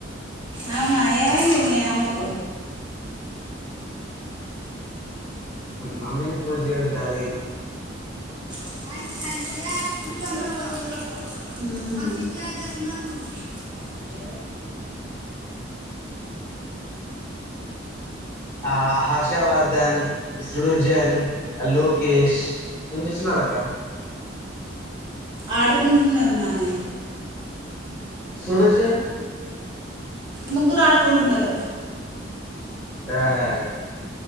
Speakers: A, on the right; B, on the left.
A: అవునా ఏవైంది మీ అమ్మకు
B: మమ్మీని పూలు చేయడం చాలా ఈజీ
A: హ్మ్
B: ఇదిడి ఆ హర్షవర్ధన్ సృడుజన్ లోకేష్ నిను చూస్తున్నారు అక్క
A: ఆడుకుంటున్నారు నానే
B: సుడుజన్
A: ముగ్గురు ఆడుకుంటున్నరు.
B: ఆహా